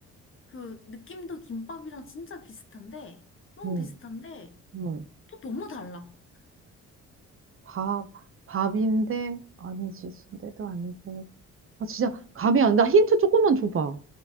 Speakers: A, on the left (about 45°); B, on the right (about 45°).
A: 그, 느낌도 김밥이랑 진짜 비슷한데, 너무
B: 음,
A: 비슷한데,
B: 음.
A: 또 너무 달라.
B: 밥, 밥인데 아니지 순대도 아니고. 아 진짜 감이 안 나. 힌트 조금만 줘봐.